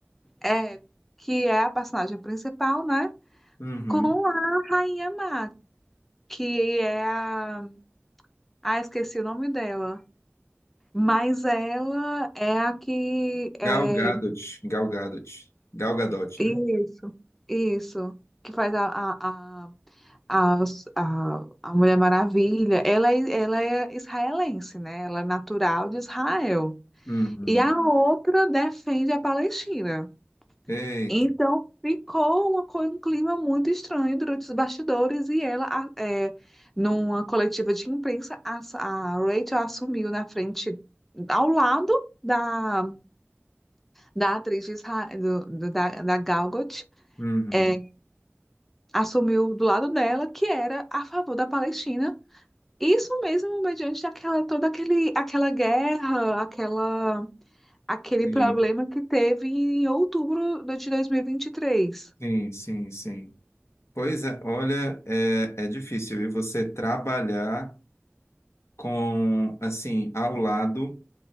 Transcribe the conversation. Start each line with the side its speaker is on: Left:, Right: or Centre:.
Centre: é, que é a personagem principal, né?
Left: Uhum.
Centre: Com a Rainha Má, que é a. Ah, esqueci o nome dela. Mas ela é a que é
Left: Gal Gadot. Gal Gadot. Gal Gadot,
Centre: isso,
Left: né?
Centre: isso, que faz a, a, a, a, a a Mulher Maravilha. Ela, é- ela é israelense, né? Ela é natural de Israel.
Left: Uhum.
Centre: E a outra defende a Palestina.
Left: Eita.
Centre: Então ficou uma, co- um clima muito estranho durante os bastidores e ela, a- é, numa coletiva de imprensa, a, a Rachel assumiu na frente, ao lado. Da da atriz de Isra- do, do- da, da Gal Gadot,
Left: Uhum.
Centre: é, assumiu do lado dela que era a favor da Palestina. Isso mesmo, mediante aquela, toda aquele, aquela guerra, aquela, aquele
Left: Sim,
Centre: problema que teve em outubro do- de 2023.
Left: sim, sim, sim. Pois é, olha, é, é difícil, viu? Você trabalhar com, assim, ao lado